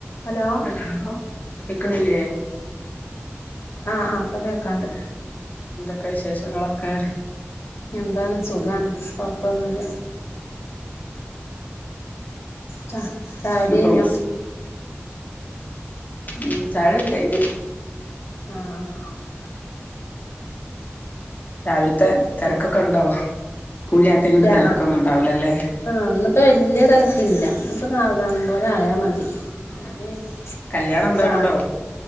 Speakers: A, on the left; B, on the left.
A: Hello?
B: Hello കേക്ക്ണില്ലേ?
A: ആഹ് ആഹ് പ്പ കേക്കാണ്ട്.
B: ന്തൊക്കെ വിശേഷങ്ങളൊക്കെ?
A: എന്താണ് സുഖാണ് കൊഴപ്പൊന്നുല്ല. ച ചായകുടി
B: ഇന്നിപ്പം
A: കഴിഞ്ഞോ?
B: ഉം ചായകുട്യൊക്കെ കയിഞ്ഞു.
A: ആഹ് ആഹ്-
B: രാവിലത്തെ തെരക്കൊക്കണ്ടോ സ്കൂളില്ലാത്തോണ്ട്
A: രാ
B: തെരക്കൊന്നുണ്ടാവൂലല്ലേ?
A: ആഹ് ഇന്ന്പ്പോ വല്ല്യ തെരക്കില്ല ഇന്നിപ്പോ സാവധാനം പോലെ ആയാ മതി, ഞാന്
B: കല്യാണന്തോണ്ടോ?
A: ചാ